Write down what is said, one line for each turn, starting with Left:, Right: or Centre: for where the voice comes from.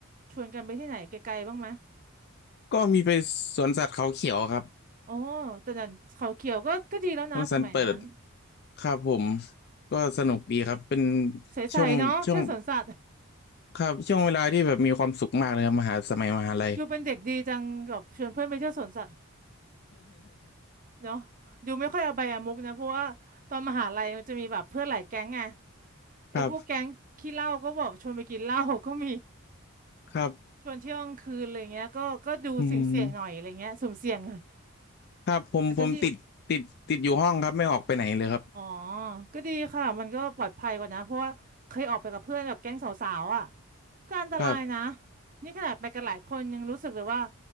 Right: ชวนกันไปที่ไหนไกลๆบ้างไหม
Left: ก็มีไปสวนสัตว์เขาเขียวครับ
Right: โอ้แต่นั้นเขาเขียวก็ก็ดีแล้วนะสมัยนั้น
Left: สวนสัตว์เปิดครับผมก็สนุกดีครับเป็น
Right: ใสๆเนาะเที่ยวสวนสัตว์
Left: ช่วงช่วงครับช่วงเวลาที่แบบมีความสุขมากเลยครับมหาสมัยมหาลัย
Right: อยู่เป็นเด็กดีจังกับชวนเพื่อนไปเที่ยวสวนสัตว์ เนาะดูไม่ค่อยเอาใบอะมุกนะเพราะว่าตอนมหาลัยมันจะมีแบบเพื่อนหลายแก๊งไง
Left: <laughs>
Right: ไอ้พวกแก๊งขี้เหล้าก็บอกชวนไปกินเหล้าก็มี
Left: ครับครับ
Right: <laughs> ชวนเที่ยวกลางคืนอะไรเงี้ยก็ก็ดูเสี่ยงเสี่ยงหน่อยอะไรเงี้ยสุ่มเสี่ยงหน่อย
Left: อืมครับผมผมติดติดติดอยู่ห้องครับไม่ออกไปไหนเลยครับ
Right: แต่ก็ดีอ๋อก็ดีค่ะมันก็ปลอดภัยกว่านะเพราะว่าเคยออกไปกับเพื่อนแบบแก๊งสาวๆอ่ะก็อันตรายนะ
Left: ครับ
Right: นี่ขนาดไปกันหลายคนยังรู้สึกเลยว่า